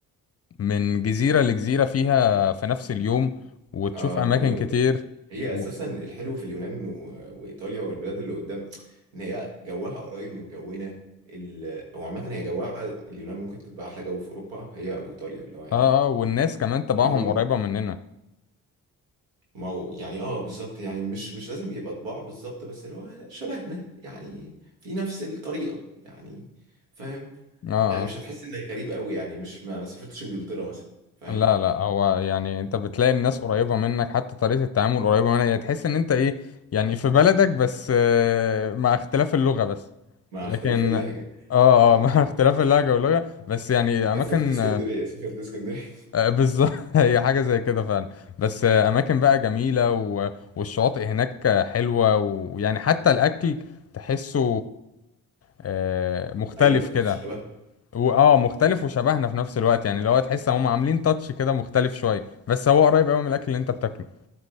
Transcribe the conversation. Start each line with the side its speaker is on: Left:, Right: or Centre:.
Left: من جزيره لجزيره فيها في نفس اليوم وتشوف
Right: آه
Left: اماكن
Right: الجزر
Left: كتير
Right: هي
Left: و...
Right: أساسا الحلو في اليونان و- وإيطاليا والبلاد اللي قدام إن هي جوها قريب من جونا ال... أو عامة هي جوها اليونان ممكن تبقى أحلى جو في أوروبا هي أو إيطاليا اللي هو يعني
Left: اه اه والناس كمان تبعهم
Right: اللي هو م-
Left: قريبه مننا
Right: ما هو يعني اه بالظبط يعني مش مش لازم يبقى طباع بالظبط بس اللي هو شبهنا يعني في نفس الطريقة يعني فاهم
Left: اه
Right: يعني مش
Left: آه.
Right: هتحس انك غريب قوي يعني مش ما ما سافرتش انجلترا مثلا فاهم
Left: لا لا هو يعني انت بتلاقي الناس قريبة منك حتى طريقة التعامل قريبة منك يعني تحس ان انت ايه يعني في بلدك بس آه، مع اختلاف اللغة بس
Right: مع
Left: لكن
Right: اختلاف اللهجه
Left: اه
Right: يعني
Left: اه <laughs> مع اختلاف اللهجة واللغة بس يعني اماكن
Right: سافرت اسكندريه
Left: آه،
Right: سافرت اسكندريه
Left: آه، بالظبط <laughs> هي حاجة زي كده فعلا بس آه، اماكن بقى جميلة و... والشواطئ هناك آه، حلوة ويعني حتى الاكل تحسه آه،
Right: <laughs>
Left: مختلف
Right: ايوه تحسه
Left: كده
Right: شبه
Left: و- اه مختلف وشبهنا في نفس الوقت يعني اللي هو تحس هم عاملين تاتش كده مختلف شويه بس هو قريب قوي من الاكل اللي انت بتاكله